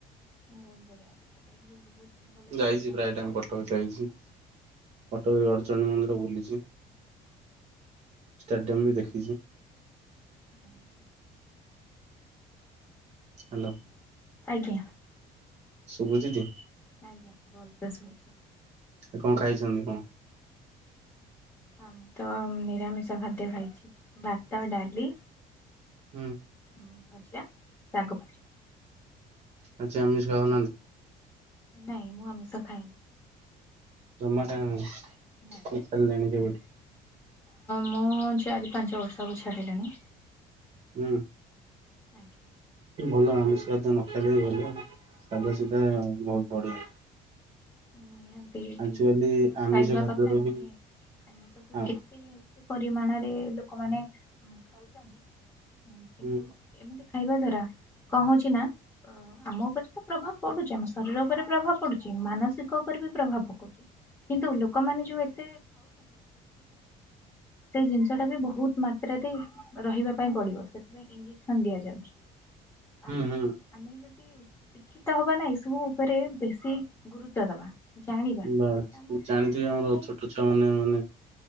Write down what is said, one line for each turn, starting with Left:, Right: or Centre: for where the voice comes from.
Left: ବହୁତ ବଢିଆ କଥା କଟକରେ ବି ବହୁତ ଭଲ
Right: ମୁଁ ଯାଇଚି
Left: ଜାଗା
Right: ପ୍ରାୟ
Left: ଅଛି
Right: ଟାଇମ୍ କଟକ
Left: ବୁଲିବା
Right: ଯାଇଚି।
Left: ପାଇଁ
Right: କଟକ ରେ ଗଡଚଣ୍ଡୀ ମନ୍ଦିର ବୁଲିଚି, ଷ୍ଟାଡିୟମ ବି ଦେଖିଛି।
Left: ହୁଁ ହୁଁ।
Right: ହାଲୋ।
Left: ଆଜ୍ଞା।
Right: ଶୁଭୁଚି ଟି।
Left: ଆଜ୍ଞା, ଭଲ ସେ ଶୁଭୁଚି।
Right: ଆଜି କଣ ଖାଇଛନ୍ତି, କଣ?
Left: ଆମେ ତ ନିରାମିଷ ଖାଦ୍ୟ ଖାଇଚି ଭାତ ଡାଲି।
Right: ହୁଁ।
Left: ହଁ ଭଜା, ଶାଗ ଭଜା।
Right: ଆଜି ଆମିଷ ଖାଉନାହାନ୍ତି।
Left: ନାଇଁ ମୁଁ ଆମିଷ ଖାଏନି।
Right: ଜମା ଖାଇବେନି।
Left: ନାଇଁ।
Right: ସରିଲାଣି ଡିଉଟି।
Left: ମୁଁ ଚାରି ପାଞ୍ଚ ବର୍ଷ ହବ ଛାଡ଼ିଲିଣି।
Right: ହୁଁ।
Left: Thank you.
Right: ଭଲ ଆମିଷ ଖାଦ୍ୟ ନ ଖାଇଲେ ଭଲ। ସାଦାସିଧା ବହୁତ ବଢିଆ।
Left: ନିହାତି ଏମିତି
Right: ଆଜିକାଲି
Left: ତ
Right: ଆମିଷ
Left: ଖାଇବା
Right: ଖାଦ୍ୟରୁ
Left: କଥା ନୁହେଁ।
Right: ବି
Left: ଆମେ ସବୁ
Right: ହୁଁ
Left: ଏତେ ଏତେ ପରିମାଣରେ ଲୋକମାନେ ଖାଉଚନ୍ତି କିନ୍ତୁ
Right: ହୁଁ
Left: ଏମିତି ଖାଇବା ଦ୍ୱାରା କଣ ହଉଚି ନା ଆ ଆମ ଉପରେ ତ ପ୍ରଭାବ ପଡୁଛି, ଆମ ଶରୀର ଉପରେ ପ୍ରଭାବ ପଡୁଛି, ମାନସି ସିକ ଉପରେ ବି ପ୍ରଭାବ ପକଉଚି, କିନ୍ତୁ ଲୋକମାନେ ଯୋଉ ସେ ଜିନିଷ ଟା ବି ବହୁତ ମାତ୍ରାରେ ରହିବା ପାଇଁ ପଡିବ। ସେଥିପାଇଁ ଇଞଜେସନ୍ ଦିଆଯାଉଛି। ଆମେ
Right: ହୁଁ
Left: ଆମେ ଯଦି ଶିକ୍ଷିତ ହବା ନାଇଁ ଏଇ ସବୁ ଉପରେ, ବେଶି ଗୁରୁ ତ୍ୱ ଦବା, ଜାଣିବା,
Right: ବାସ୍
Left: ଯୋଉଟା ଆମ
Right: ଜାଣିଥିବେ
Left: ଦେହ ପାଇଁ
Right: <unintelligible> ମାନେ ମାନେ